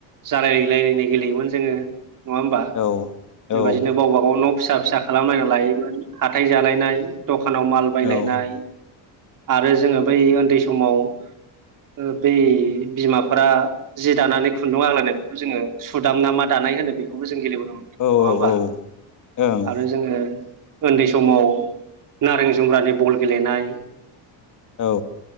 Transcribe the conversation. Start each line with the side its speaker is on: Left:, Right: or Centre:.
Right: जालाय लायलायनाय गेलेयोमोन जोङो। नङा होमबा?
Left: औ
Right: बेबायदिनो
Left: औ
Right: गावबाागाव न' फिसा फिसा खालामलायना लायोमोन। हाथाय जालायनाय दखानाव माल बायलायनाय
Left: औ
Right: आरो जोङो बै उन्दै समाव ओ बै बिमाफोरा जि दानानै खुन्दुं आग्लायनायखौ जोङो सुदामना मा दान नाय होनो बेखौबो जों गेलेबोनो मोनदों
Left: औ
Right: नङा होमबा
Left: औ ओं
Right: आरो जोङो उन्दै समाव नारें जुमग्रानि बल गेलेनाय।
Left: औ।